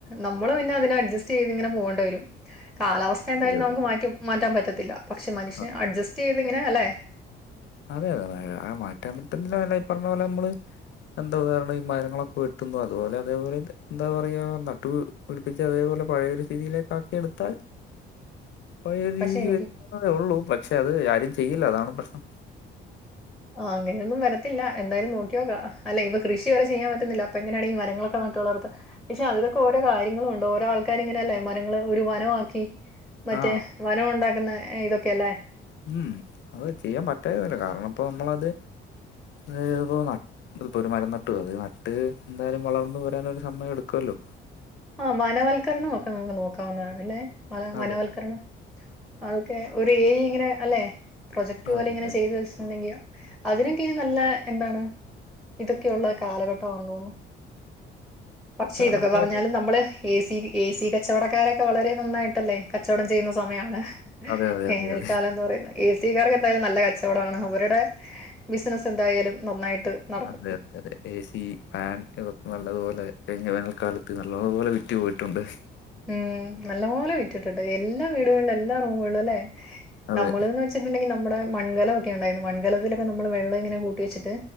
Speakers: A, in the centre; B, on the left.
A: നമ്മള് പിന്നെ അതിന് അഡ്ജസ്റ്റ് ചെയ്ത് ഇങ്ങനെ പോവണ്ടി വരും. കാലാവസ്ഥ എന്തായാലും
B: അതെ അതെ
A: നമുക്ക് മാറ്റി മാറ്റാൻ പറ്റത്തില്ല പക്ഷെ മനുഷ്യന്
B: ആ,
A: അഡ്ജസ്റ്റ് ചെയ്തിങ്ങനെ അല്ലെ.
B: അതെ അതെ ആഹ് മാറ്റാൻ പറ്റാ വല്ല ഈ പറഞ്ഞ പോലെ നമ്മള്. എന്തോ കാരണം ഈ മരങ്ങളൊക്കെ വെട്ടുന്നു അതുപോലെ അതേപോലെ എന്താ പറയാ നട്ടു. വിളിപ്പിച്ച് അതേപോലെ പഴയൊരു സ്ഥിതിയിലേക്കാക്കിയെടുത്താൽ.
A: <inaudible>
B: പഴയ ഒരു രീതിക്ക്
A: പക്ഷെ എനിക്ക്
B: വന്നതെ ഒള്ളൂ പക്ഷെ അത് ആരും ചെയ്യില്ല അതാണ് പ്രഷ്ണം.
A: ആഹ് അങ്ങനെയൊന്നും വരത്തില്ല എന്തായാലും നോക്കിനോക്കാം അല്ല ഇപ്പ കൃഷി വരെ ചെയ്യാൻ പറ്റന്നില്ല അപ്പെങ്ങനെയാണി മരങ്ങളൊക്കെ നട്ട് വളർത്ത പക്ഷെ അതിലൊക്കെ ഓരോ കാര്യങ്ങളുണ്ട് ഓരോ ആൾ ക്കാര് ഇങ്ങനെല്ലേ മരങ്ങളെ ഒരു വനവാക്കി മറ്റേ
B: ആ
A: വനൊണ്ടാക്കുന്ന ഇതൊക്കെല്ലേ
B: മ്മ് അത് ചെയ്യാൻ പറ്റായിരുന്നില്ല കാരണപ്പ നമ്മളത് ഏഹ് ന ഇപ്പൊരു മരം നട്ടു അത് നട്ട് എന്തായാലും വളർന്നു വരാനൊരു സമയെടുക്കുവല്ലോ
A: ആ വനവൽക്കരണൊക്കെ നമുക്ക് നോക്കാവുന്നതാണ് അല്ലേ വനവൽക്കരണം
B: അതെ
A: അതൊക്കെ ഒരു ഏരിയിങ്ങനെ അല്ലെ പ്രൊജക്ട്
B: അതെ
A: പോലെ ഇങ്ങനെ ചെയ്ത് വെച്ചിട്ടിട്ടെങ്കി അതിനെക്കെ ഇനി നല്ല എന്താണ് ഇതൊക്കെയുള്ള കാലഘട്ടമാന്ന് തോന്നണു പക്ഷെ
B: അതെ
A: ഇതൊക്കെ
B: നമ്മള്
A: പറഞ്ഞാലും നമ്മ എസി എസി കച്ചവടക്കാരക്കെ വളരെ നന്നായിട്ടല്ലേ കച്ചവടം ചെയ്യുന്ന സമയാണ്
B: അതെ അതെ
A: വേനൽക്കാലെന്ന്
B: അതെ അതെ
A: പറയുന്ന എസിക്കാർക്ക് എന്തായാലും നല്ല കച്ചവടമാണ് അവരുടെ ബിസിനസ്സ് എന്തായാലും നന്നായിട്ട് നടക്കും
B: അതെ അതെ അതെ എസി ഫാൻ ഇതൊക്കെ നല്ലതുപോലെ കഴിഞ്ഞ വേനൽക്കാലത്ത് നല്ലതുപോലെ വിറ്റു പോയിട്ടുണ്ട്
A: മ്മ് നല്ലപോലെ വിറ്റിട്ടുണ്ട് എല്ലാ വീടുകളിലും എല്ലാ റൂമുകളിലുല്ലെ
B: അതെ
A: നമ്മള് വെച്ചിട്ടുണ്ടെങ്കി നമ്മടെ മൺകലൊക്കെ ഉണ്ടായിരുന്നു മൺകലത്തിലൊക്കെ നമ്മള് വെ വെള്ളം ഇങ്ങനെ കൂട്ടി വച്ചിട്ട്